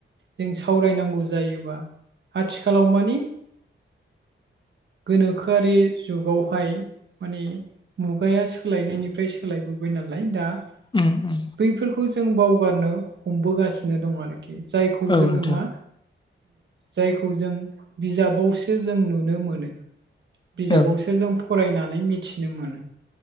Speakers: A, on the right; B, on the left.
A: जों सावरायनांगौ जायोबा आथिखालाव मानि गोनोखोआरि जुगावहाय माने मुगाया सोलायनायनिफ्राय सोलायबोबाय नालाय दा
B: ओम ओम।
A: बैफोरखौ जों बावगारनो हमबोगासिनो दं आरोखि जायखौ
B: औ
A: जोङो
B: नोंथां
A: मा
B: औ
A: जायखौ जों बिजाबावसो जों नुनो मोनो बिजाबावसो
B: उम औ उम
A: जों फरायनानै मिथिदों मोन